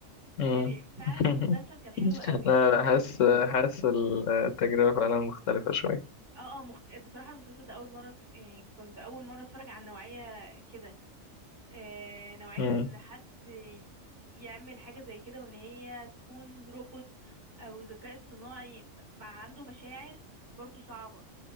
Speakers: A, on the left; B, on the right.
A: مم.
B: يعني فعلا
A: <laughs>
B: المسلسل كان حلو قوي
A: لا لا حاسس حاسس التجربة فعلا مختلفة شوية
B: اه اه مخت... بصراحة المسلسل ده أول مرة ت- يعني كنت أول مرة أتفرج على نوعية كده آه، نوعية
A: مم.
B: ان حد يعمل حاجة زي كده وان هي تكون روبوت او ذكاء اصطناعي ب- مع عنده مشاعر برضو صعبة